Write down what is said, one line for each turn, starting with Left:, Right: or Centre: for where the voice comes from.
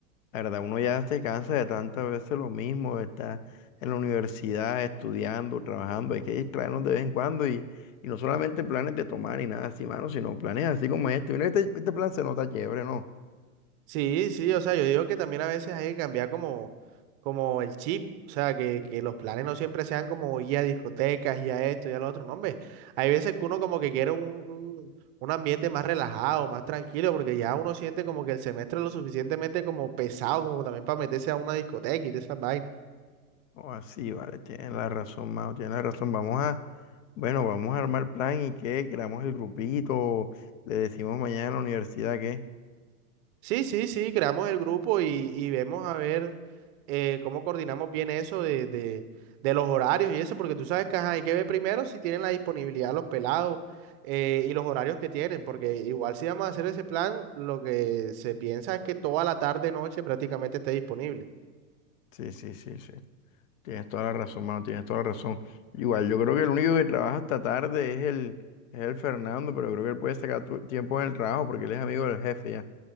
Left: La verdad, uno ya se cansa de tantas veces lo mismo, de estar en la universidad estudiando, trabajando, hay que distraernos de vez en cuando y, y no solamente planes de tomar y nada así, mano, sino planes así como este. Mira, este, este plan se nota chévere, ¿no?
Right: Sí, sí, o sea, yo digo que también a veces hay que cambiar como, como el chip, o sea, que, que los planes no siempre sean como ir a discotecas, y a esto, y a lo otro, no, hombre, hay veces que uno como que quiere un, un, un ambiente más relajado, más tranquilo, porque ya uno siente como que el semestre es lo suficientemente como pesado, como también para meterse a una discoteca y de esas vainas.
Left: O así, vale, tienes la razón, Mao, tienes la razón. Vamos a, bueno, vamos a armar plan y qué, creamos el grupito, le decimos mañana en la universidad qué.
Right: Sí, sí, sí, creamos el grupo y, y vemos a ver. eh, cómo coordinamos bien eso de, de- de los horarios y eso, porque tú sabes que ajá, hay que ver primero si tienen la disponibilidad los pelados eh, y los horarios que tienen, porque igual si vamos a hacer ese plan, lo que se piensa es que toda la tarde, noche prácticamente esté disponible.
Left: Sí, sí, sí, sí. Tienes toda la razón, mano, tienes toda la razón. Igual, yo creo que el único que trabaja hasta tarde es el, es el Fernando, pero yo creo que él puede sacar tu- tiempo en el trabajo porque él es amigo del jefe ya.